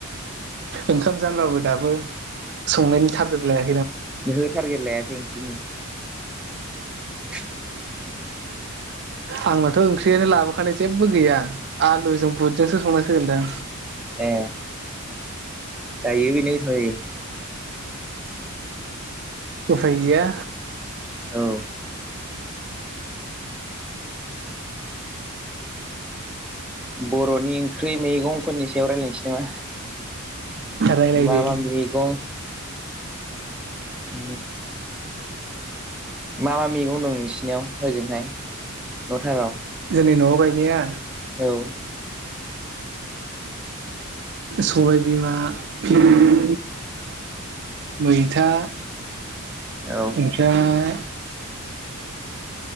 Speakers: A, on the right; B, in the centre.
A: ओंखाम जानबाबो दाबो संनायनि थारगेट लाया
B: ओहो टारगेट लायाखै नि <inaudible>
A: आंनाथ' ओंख्रियानो लाबोखानाय जेबो गैया आलुजों गुदजोंसो संनांसिगोनदां।
B: ए। जायो बेनो गोथाव जायो।
A: उफाय गैया
B: औ बर'नि ओंख्रि मैगंफोरनि सायाव रायलायनोसै नामा
A: रायलायदो
B: मा मा मैगं उ मा मा मैगं दं नोंसिनियाव हजोंहाय न'थाराव
A: जोंनि न'आव गायनाया
B: औ
A: सबाइ बिमा भिनदि मैथा
B: औ
A: ओमफ्राय